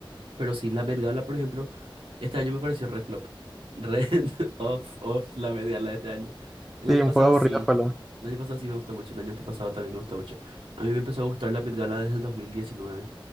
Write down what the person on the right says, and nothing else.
Pero sí, la Met Gala, por ejemplo, este año me pareció re flop. Re <laughs> off, off la Met Gala de este año. El
año
pasado
sí.
El año pasado sí me gustó mucho. El año antepasado también me gustó mucho. A mí me empezó a gustar la Met Gala desde el 2019